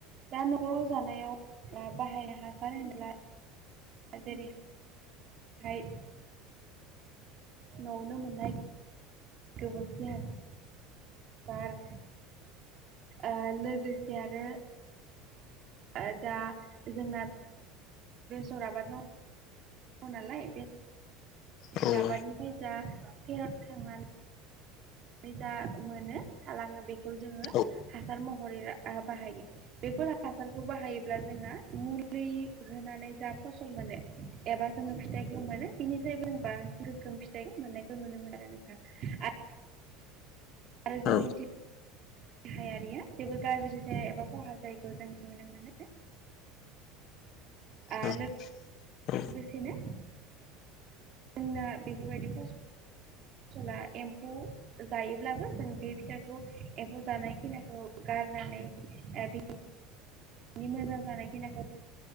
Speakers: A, on the right; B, on the left.
A: दा न'आव जानायाव ओ बाहायनो हासार होनब्ला <unintelligible> फ्राय न'आवनो मोननाय <unintelligible> बार ओ लोगोसे आरो ओ दा जोंना बेसर आबाद माव मावो नालाय बे
B: औ
A: बेसर आबादनिफ्राय जा फेरद खांनानै बे जा मोनो थालाङो बेखौ जोङो
B: औ
A: हासार महरै बाहायो। बेफोर हाफोरखौ बाहायोब्ला जोंना मु लि होनानै जा फसल मोनो एबा जोङो फिथाइखौ मोनो बिनिफ्रायबो जों बांसिन रोखोम फिथाइ मोननायखौ नुनो मोन आरो नोंथां आ आरो जोंनि
B: औ
A: देहायारिया जेबो गाज्रि जाया एबा खहा जायैखौ जों नुनो मोनो। ओ
B: औ
A: लोगोसेनो
B: औ
A: जोंना बेफोरबायदि फस फसला एम्फौ जायोब्लाबो जों बे फिथाखौ एम्फौ जानाय खिनिखौ गारनानै ओ बे मोजां जानायखिनाखौ